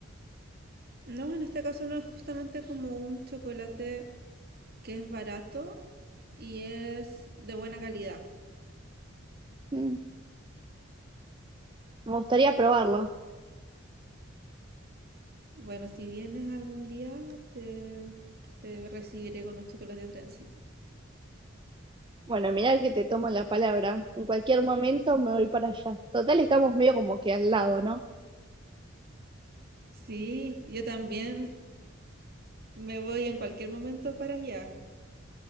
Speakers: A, on the right; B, on the right.
A: No, en este caso no es justamente como un chocolate que es barato y es de buena calidad.
B: Mm, Me gustaría probarlo.
A: Bueno, si vienes algún día, te, te recibiré con un chocolate trencito.
B: Bueno, mira que te tomo la palabra. En cualquier momento me voy para allá. Total, estamos medio como que al lado, ¿no?
A: Sí, yo también me voy en cualquier momento para allá.